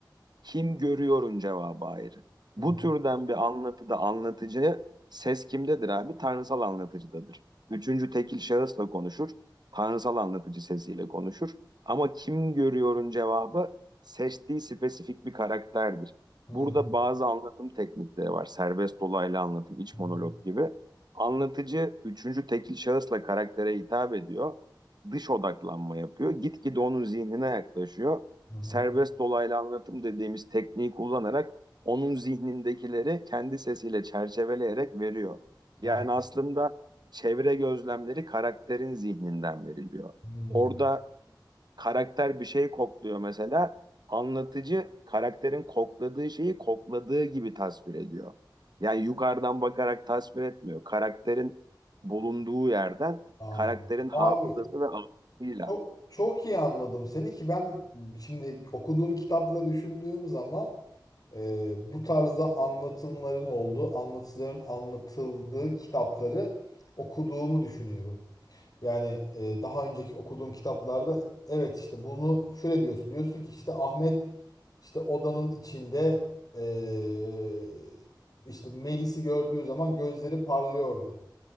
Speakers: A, on the right (about 60°); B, on the left (about 50°).
A: kim görüyorun cevabı ayrı.
B: hı
A: Bu türden bir anlatıda anlatıcı ses kimdedir abi? Tanrısal anlatıcıdadır. Üçüncü tekil şahısla konuşur. Tanrısal anlatıcı sesiyle konuşur. Ama kim görüyorun cevabı seçtiği spesifik bir karakterdir.
B: hı
A: Burada bazı anlatım teknikleri var. Serbest dolaylı anlatım, iç
B: hı
A: monolog gibi. Anlatıcı üçüncü tekil şahısla karaktere hitap ediyor. Dış odaklanma yapıyor. Gitgide onun zihnine yaklaşıyor
B: hı hı.
A: serbest dolaylı anlatım dediğimiz tekniği kullanarak onun zihnindekileri kendi sesiyle çerçeveleyerek veriyor.
B: Aa,
A: Yani aslında çevre gözlemleri karakterin zihninden veriliyor.
B: hı.
A: Orada karakter bir şey kokluyor mesela. Anlatıcı karakterin kokladığı şeyi kokladığı gibi tasvir ediyor. Yani yukarıdan bakarak tasvir etmiyor. Karakterin bulunduğu yerden
B: Aa.
A: karakterin
B: Abi
A: hafızası ve algısıyla
B: Çok, çok iyi anladım seni ki ben şimdi okuduğum kitapları düşündüğüm zaman e, bu tarzda anlatımların olduğu, anlatıcıların anlatıldığı kitapları okuduğumu düşünüyorum. Yani e, daha önceki okuduğum kitaplarda evet işte bunu şöyle diyorsun. Diyorsun ki işte Ahmet işte odanın içinde e, işte Melis'i gördüğü zaman gözleri parlıyordu.